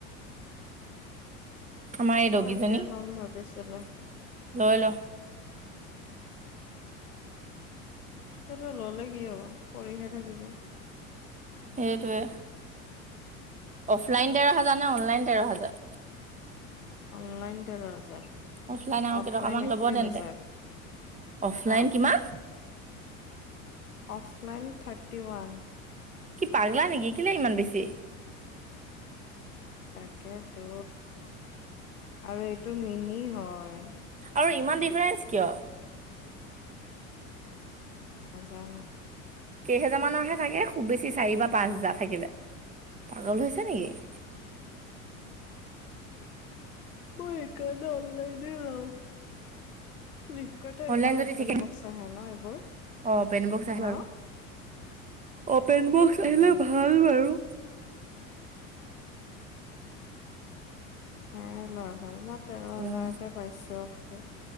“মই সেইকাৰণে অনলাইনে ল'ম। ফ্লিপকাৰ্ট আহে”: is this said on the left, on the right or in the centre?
Left